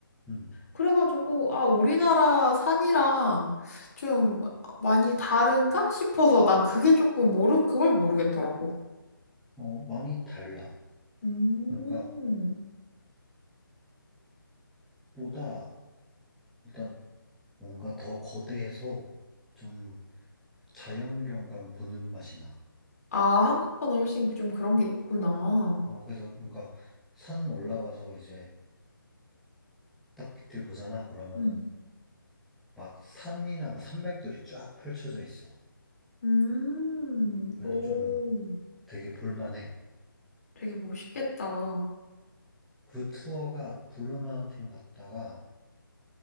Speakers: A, in the centre; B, on the left.
A: 음.
B: 그래가지고 아, 우리나라 산이랑 좀 많이 다른가 싶어서 난 그게 조금 모르 그걸 모르겠더라고.
A: 어, 많이 달라.
B: 음.
A: 그러니까 한국보다 일단 뭔가 더 거대해서 좀 자연경관 보는 맛이 나.
B: 아, 한국보다 훨씬 좀 그런 게 있구나.
A: 어, 그래서 그러니까 산 올라가서 이제 딱 밑을 보잖아. 그러면은
B: 음.
A: 막 산이랑 산맥들이 쫙 펼쳐져 있어.
B: 음.
A: 그래서
B: 오,
A: 좀 되게 볼만해.
B: 되게 멋있겠다.
A: 그 투어가 블루 마운틴 갔다가